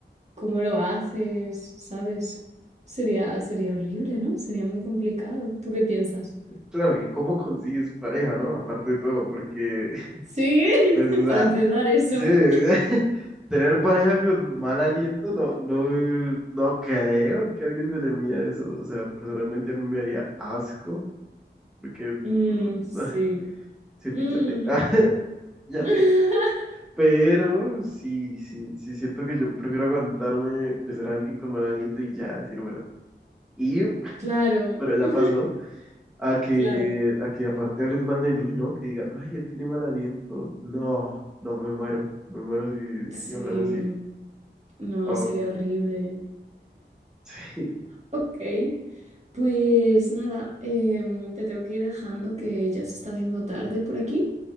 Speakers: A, on the right; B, in the centre.
A: cómo lo haces, ¿sabes? Sería, sería horrible, ¿no? Sería muy complicado. ¿Tú qué piensas?
B: claro, ¿y cómo consigues pareja, no? Aparte de todo, porque, <laughs>
A: Sí, <laughs>
B: pues, o sea,
A: para empezar eso.
B: sí, <laughs> tener pareja con mal aliento, no, no, no creo que a alguien se le mida eso. O sea, personalmente a mí me haría asco, porque,
A: Mm,
B: mm,
A: sí.
B: <laughs> cepíllate,
A: Mm.
B: <laughs> ya
A: <laughs>
B: Pero sí, sí, sí siento que yo prefiero aguantarme, besar a alguien con mal aliento y ya decir, bueno, y <laughs>
A: Claro,
B: pero ya
A: <laughs>
B: pasó, a que,
A: claro.
B: a que aparte hablen mal de mí, ¿no? Que digan, ay, él tiene mal aliento. No, no, me muero, me muero si,
A: Sí,
B: si hablan así.
A: no,
B: Oh,
A: sería horrible.
B: <laughs> sí.
A: Ok. Pues nada, em, te tengo que ir dejando que ya se está haciendo tarde por aquí.